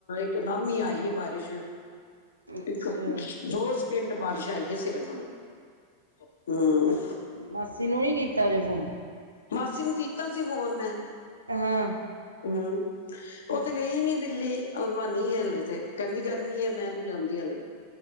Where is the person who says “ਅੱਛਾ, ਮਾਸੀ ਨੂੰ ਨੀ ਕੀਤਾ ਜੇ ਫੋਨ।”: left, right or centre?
Right